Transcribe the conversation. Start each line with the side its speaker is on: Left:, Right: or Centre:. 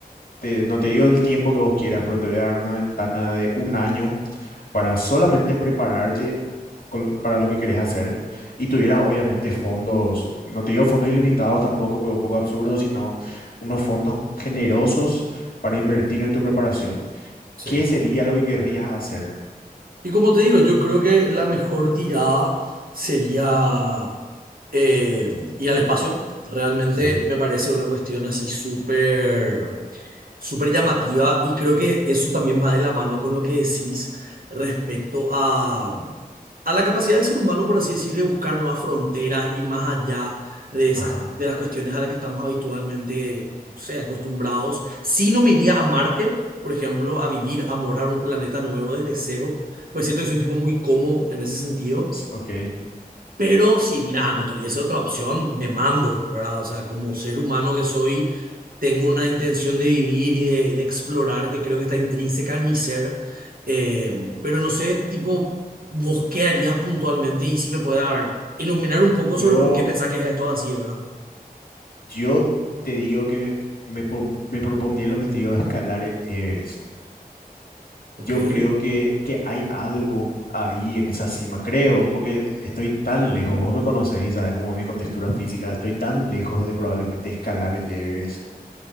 Left: te- no te digo el tiempo que vos quieras, pero te voy a dar una ventana de un año para solamente prepararte con- para lo que querés hacer y tuvieras obviamente fondos, no te digo fondos ilimitados tampoco, porque es un poco absurdo, sino unos fondos generosos para invertir en tu preparación.
Right: Sí.
Left: ¿Qué sería lo que querrías hacer?
Right: Y como te digo, yo creo que la mejor tirada sería eh, ir al espacio. Realmente
Left: Sí.
Right: me parece una cuestión así súper súper llamativa y creo que eso también va de la mano con lo que decís respecto a, a la capacidad del ser humano, por así decir, de buscar nuevas fronteras, ir más allá de esas,
Left: Ajá,
Right: de las cuestiones a las que estamos habitualmente, no sé, acostumbrados. Si no me iría a Marte, por ejemplo, a vivir, a morar un planeta nuevo desde cero, pues siento que soy un tipo muy cómodo en ese sentido.
Left: s- ok.
Right: Pero si, mira, no tuviese otra opción, me mando, ¿verdad? O sea, como ser humano que soy, tengo una intención de vivir y de, de explorar que creo que está intrínseca en mi ser. Eh, pero no sé, tipo, vos qué harías puntualmente y si me puedes a ver, iluminar un poco
Left: Yo
Right: sobre por qué pensás que esto es así, ¿verdad?
Left: Yo te digo que me, pon- me propondría el objetivo de escalar el Everest.
Right: Ok.
Left: Yo
Right: Sí.
Left: creo que, que hay algo ahí en esa cima, creo, porque estoy tan lejos, vos me conocés y sabes como mi contextura física, estoy tan lejos de probablemente escalar el Everest.